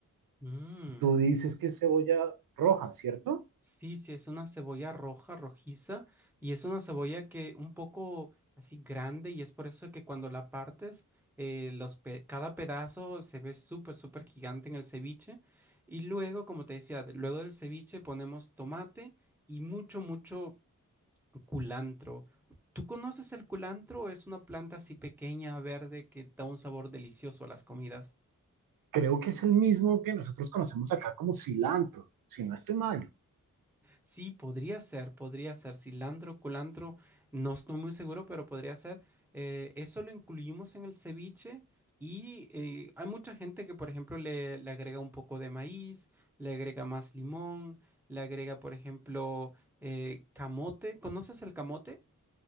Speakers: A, in the centre; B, on the right.
A: mm.
B: Y tú dices que es cebolla roja, ¿cierto?
A: Sí, sí, es una cebolla roja, rojiza, y es una cebolla que un poco así grande, y es por eso que cuando la partes, eh, los pe- cada pedazo se ve súper, súper gigante en el ceviche. Y luego, como te decía, de- luego del ceviche ponemos tomate y mucho, mucho culantro. ¿Tú conoces el culantro? Es una planta así pequeña, verde, que da un sabor delicioso a las comidas.
B: Creo que es el mismo que nosotros conocemos acá como cilantro, si no estoy mal.
A: Sí, podría ser, podría ser cilantro, culantro, no estoy muy seguro, pero podría ser. Eh, eso lo incluimos en el ceviche y eh, hay mucha gente que, por ejemplo, le, le agrega un poco de maíz, le agrega más limón, le agrega, por ejemplo, eh, camote. ¿Conoces el camote?